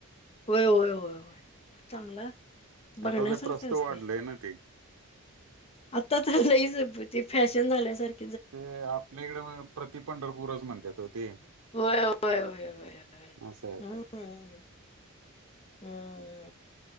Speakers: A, on the left; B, on the right.
A: होय होय होय होय.. चांगलय.. बघण्यासारखं
B: आता ते प्रस्त
A: असते
B: वाढलंय ना ते
A: आता तर लयच.. अ ब फॅशन झाल्यासारखी
B: ते आपल्या इकडे प्रति पंढरपूरच म्हणत्यात ओ ते
A: होय होय होय होय...
B: अस हाय
A: हम्म हम्म.. हा ह..